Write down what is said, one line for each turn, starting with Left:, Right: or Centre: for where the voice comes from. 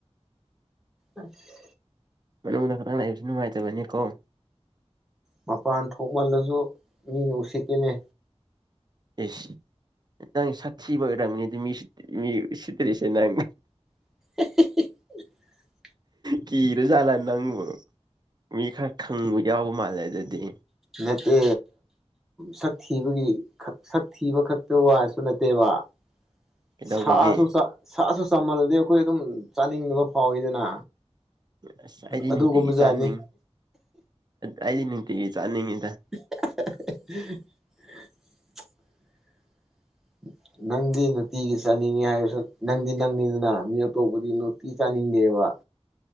Centre: ꯑꯁ
Right: ꯃꯅꯨꯡꯗ ꯈꯛꯇꯪ ꯂꯩꯕꯁꯨ ꯅꯨꯡꯉꯥꯏꯇꯕꯅꯤꯀꯣ
Centre: ꯃꯄꯥꯟ ꯊꯣꯛꯃꯜꯂꯁꯨ ꯃꯤꯅ ꯎꯁꯤꯠꯇꯦꯅꯦ
Right: ꯏꯁ ꯅꯪ ꯁꯥꯛ ꯊꯕꯒꯤ ꯑꯣꯏꯔꯝꯅꯤ ꯃꯤ ꯃꯤ ꯎꯁꯤꯠꯇ꯭ꯔꯤꯁꯦ ꯅꯪ
Centre: <unintelligible>
Right: ꯀꯤꯔꯖꯥꯠꯂꯥ ꯅꯪꯕꯨ ꯃꯤ ꯈꯔ ꯈꯪꯕ ꯌꯥꯎꯕ ꯃꯥꯜꯂꯦ ꯑꯗꯨꯗꯤ
Centre: ꯅꯠꯇꯦ ꯁꯛ ꯊꯤꯕꯒꯤ ꯁꯛ ꯊꯤꯕ ꯈꯛꯇ ꯋꯥꯁꯨ ꯅꯠꯇꯦꯕ <inaudible>
Right: ꯀꯩꯗꯧꯕꯒꯤ
Centre: ꯁꯥꯁꯨ ꯁꯥꯁꯨ ꯆꯃꯜꯂꯗꯤ ꯑꯩꯈꯣꯏ ꯑꯗꯨꯝ ꯆꯥꯅꯤꯡꯗꯕ ꯐꯥꯎꯋꯤꯗꯅ
Right: ꯑꯁ ꯑꯩꯗꯤ
Centre: ꯑꯗꯨꯒꯨꯝꯕꯖꯥꯠꯅꯦ
Right: ꯅꯨꯡꯇꯤꯒꯤ ꯆꯥꯅꯤꯡ ꯑꯩꯗꯤ ꯅꯨꯡꯇꯤꯒꯤ ꯆꯥꯅꯤꯡꯉꯤ
Centre: <unintelligible> <inaudible> ꯅꯪꯗꯤ ꯅꯨꯡꯇꯤꯒꯤ ꯆꯥꯅꯤꯡꯉꯤ ꯍꯥꯏꯔꯁꯨ ꯅꯪꯗꯤ ꯅꯪꯅꯤꯗꯅ ꯃꯤ ꯑꯇꯣꯞꯄꯗꯤ ꯅꯨꯡꯇꯤ ꯆꯥꯅꯤꯡꯗꯦꯕ